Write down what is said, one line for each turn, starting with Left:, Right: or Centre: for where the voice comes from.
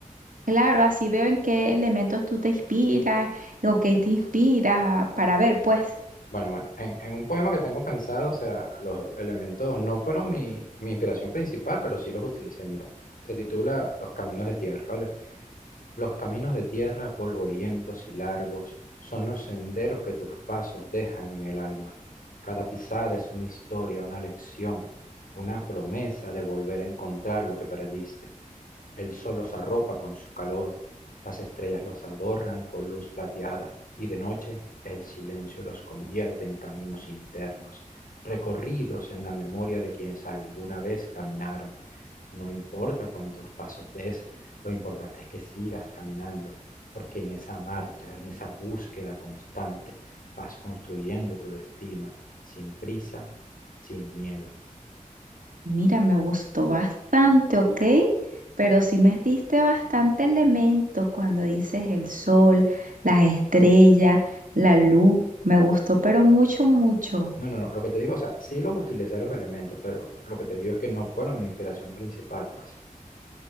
Right: Claro, así veo en qué elementos tú te inspiras o qué te inspira para ver, pues.
Left: Bueno, bueno, en, en un poema que tengo pensado, o sea, los elementos no fueron mi, mi inspiración principal, pero sí los utilicé. Mira, se titula Los Caminos de Tierra, ¿vale? Los caminos de tierra polvorientos y largos son los senderos que tus pasos dejan en el alma. Cada pisada es una historia, una lección, una promesa de volver a encontrar lo que perdiste. El sol los arropa con su calor, las estrellas los adornan con luz plateada y de noche el silencio los convierte en caminos internos, recorridos en la memoria de quienes alguna vez caminaron. No importa cuántos pasos des, lo importante es que sigas caminando, porque en esa marcha, en esa búsqueda constante, vas construyendo tu destino sin prisa, sin miedo.
Right: Mira, me gustó bastante, ¿ok? Pero sí me diste bastante elemento cuando dices el sol, las estrellas, la luz. Me gustó, pero mucho, mucho.
Left: No, no, no, lo que te digo, o sea, sí los utilicé los elementos, pero lo que te digo es que no fueron mi inspiración principal, pues.